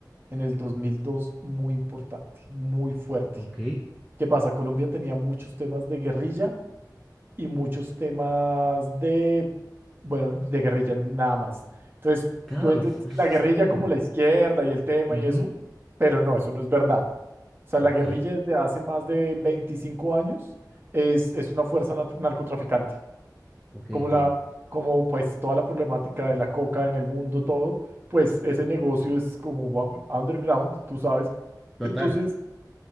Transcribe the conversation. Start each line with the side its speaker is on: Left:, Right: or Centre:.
Right: en el 2002 muy importante, muy fuerte.
Centre: Ok,
Right: ¿Qué pasa? Colombia tenía muchos temas de guerrilla y muchos temas de, bueno, de guerrilla nada más. Entonces,
Centre: claro,
Right: tú entiendes
Centre: f- está
Right: la guerrilla
Centre: pero...
Right: como la izquierda y el tema
Centre: ujú,
Right: y eso, pero no, eso no es verdad. O sea,
Centre: Ok,
Right: la guerrilla desde hace más de 25 años es, es una fuerza na- narcotraficante
Centre: ok,
Right: como
Centre: entiendo.
Right: la, como pues toda la problemática de la coca en el mundo, todo, pues ese negocio es como va- underground, tú sabes.
Centre: Total,
Right: Entonces